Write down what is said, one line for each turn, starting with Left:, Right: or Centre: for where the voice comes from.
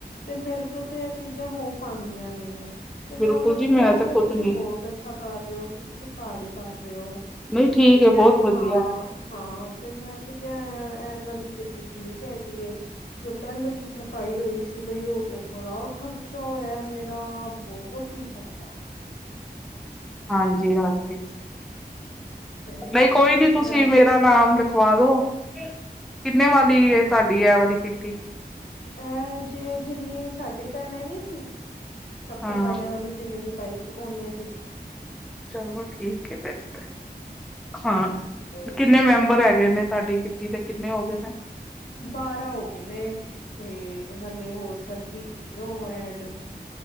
Left: ਤੇ ਮੇਰੇ ਤੋਂ ਤੇ ਇਹ ਚੀਜ਼ਾਂ ਹੋ ਪਾਂਦੀਆਂ ਨੇ ਗਈਆਂ ਤੇ ਮੈਂ
Centre: ਬਿਲਕੁਲ
Left: ਉਹਨਾਂ ਨੂੰ
Centre: ਜੀ
Left: ਕਿਹਾ
Centre: ਮੈਂ ਤਾਂ
Left: ਤੇ
Centre: ਖੁਦ
Left: ਤੁਸੀਂ
Centre: ਨੀ
Left: ਬਹੁਤ ਅੱਛਾ ਕਰ ਰਹੇ ਹੋ ਕਿ ਤੁਸੀਂ ਘਰ ਹੀ ਕਰ ਰਹੇ ਹੋ
Centre: ਨਹੀਂ ਠੀਕ
Left: ਤੇ
Centre: ਹੈ
Left: ਕਹਿੰਦੇ
Centre: ਬਹੁਤ
Left: ਹਾਂ
Centre: ਵਧੀਆ ਹੈ।
Left: ਹਾਂ ਤੇ ਮੈਂ ਤੇ ਕ ਇਹਨਾਂ ਦੀ ਕਿੱਟੀ ਠੀਕ ਹੈਗੀ ਜੋ ਪਹਿਲੇ ਜਿੱਥੇ ਪਾਈ ਹੋਈ ਸੀ ਬਈ ਉਹ ਤੇ ਬੜਾ ਖ਼ਰਚਾ ਹੋਇਆ ਮੇਰਾ ਬਹੁਤ ਹੀ ਜ਼ਿਆਦਾ
Centre: ਹਾਂਜੀ ਹਾਂਜੀ
Left: ਤੇ
Centre: ਨਹੀਂ ਕੋਈ ਨੀ
Left: ਮੈਂ
Centre: ਤੁਸੀਂ ਮੇਰਾ ਨਾਮ ਖਵਾ ਦੋ ਕਿੰਨੇ ਵਾਲੀ
Left: ਹਾਂ,
Centre: ਤੁਹਾਡੀ ਇਹ ਵਾਲੀ ਕਿੱਟੀ
Left: ਇਹ ਜੇ ਜਿੰਨੀ ਸਾਡੀ ਪਹਿਲੇ ਨੀ ਸੀ ਸਭ
Centre: ਹਾਂ।
Left: ਤੋਂ ਪਹਿਲੇ ਵਾਲੀ ਜਿੰਨੇ ਦੀ ਪਾਈ ਸੀ ਓਨੇ ਦੀ
Centre: ਚਲੋ ਠੀਕ ਹੈ ਫਿਰ ਤੇ ਹਾਂ
Left: ਤੇ
Centre: ਕਿੰਨੇ
Left: ਮੈਂ
Centre: ਮੈਂਬਰ
Left: ਕਿਹਾ
Centre: ਹੈਗੇ ਨੇ ਤੁਹਾਡੀ ਕਿੱਟੀ ਦੇ ਕਿੰਨੇ ਹੋ ਗਏ ਨੇ?
Left: ਬਾਰਾਂ ਹੋ ਗਏ ਨੇ ਤੇ ਹਲੇ ਹੋਰ ਕਰਦੀ ਪਈ ਯੂ ਐਡ